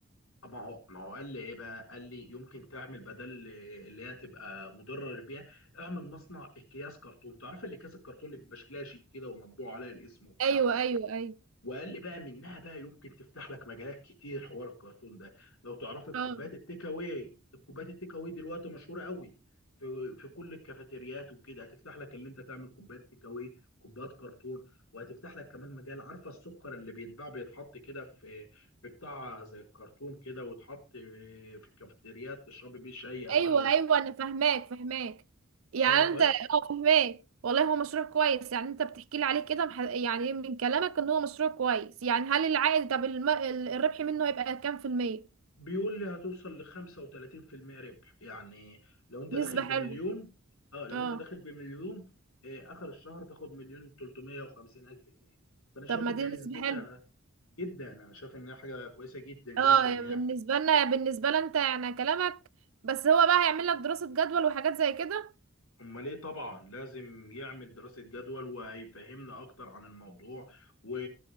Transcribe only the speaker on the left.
طب ما هو ما هو قال لي ايه بقى قال لي يمكن تعمل بدل اللي هي تبقى مضره للبيئه اعمل مصنع اكياس كرتون تعرف اللي كاس الكرتون اللي بيبقى شكلها شيك كده ومطبوع عليها الاسم وبتاع
وقال لي بقى منها بقى يمكن تفتح لك مجالات كتير حوار الكرتون ده لو تعرف الكوبايات
التيك اواي الكوبايات التيك اواي دلوقتي مشهوره قوي في في كل الكافيتريات وكده هتفتح لك اللي انت تعمل كوبايات تيك اواي كوبايات كرتون وهتفتح لك كمان مجال عارفه السكر اللي بيتباع بيتحط كده في في بتاع زي الكرتون كده ويتحط في الكافيتريات تشربي بيه شاي او
قهوه
اه
بيقول لي هتوصل ل 35% ربح يعني لو انت
داخل بمليون
اه لو
انت داخل بمليون آه اخر الشهر تاخد مليون 350 الف جنيه فانا شايف
انها
نسبتها
جدا انا شايف انها حاجه كويسه جدا جدا
يعني
امال ايه طبعا لازم يعمل دراسة جدول وهيفهمنا اكتر عن الموضوع و...